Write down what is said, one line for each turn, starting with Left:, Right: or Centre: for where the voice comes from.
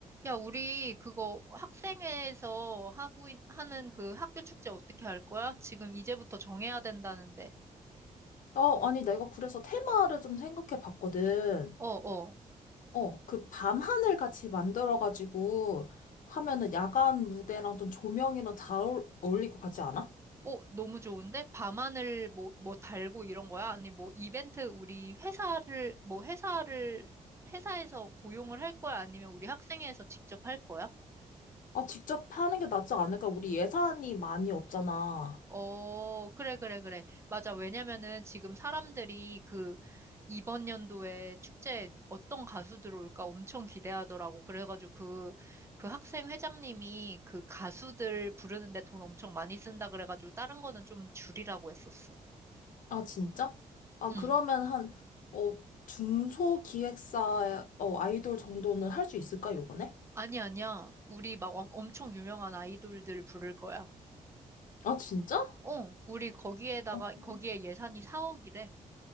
Right: 야, 우리 그거 학생회에서 하고 있- 하는 그 학교 축제 어떻게 할 거야? 지금 이제부터 정해야 된다는데.
Left: 어, 아니, 내가 그래서 테마를 좀 생각해 봤거든.
Right: 어, 어.
Left: 어, 그 밤하늘 같이 만들어가지고 하면은 야간 무대랑 좀 조명이랑 잘 어울- 어울릴 것 같지 않아?
Right: 어, 너무 좋은데? 밤하늘 뭐, 뭐 달고 이런 거야? 아니, 뭐 이벤트 우리 회사를, 뭐 회사를, 회사에서 고용을 할 거야? 아니면 우리 학생회에서 직접 할 거야?
Left: 아, 직접 하는 게 낫지 않을까? 우리 예산이 많이 없잖아.
Right: 어, 그래, 그래, 그래. 맞아. 왜냐면은 지금 사람들이 그 이번 연도에 축제에 어떤 가수들 올까 엄청 기대하더라고. 그래가지고 그, 그 학생 회장님이 그 가수들 부르는데 돈 엄청 많이 쓴다 그래가지고 다른 거는 좀 줄이라고 했었어.
Left: 아, 진짜? 아,
Right: 응.
Left: 그러면 한, 어, 중소 기획사, 어, 아이돌 정도는 할 수 있을까, 요번에?
Right: 아니, 아니야. 우리 막 엄- 엄청 유명한 아이돌들 부를 거야.
Left: 아, 진짜?
Right: 어, 우리 거기에다가,
Left: 어.
Right: 거기에 예산이 4억이래.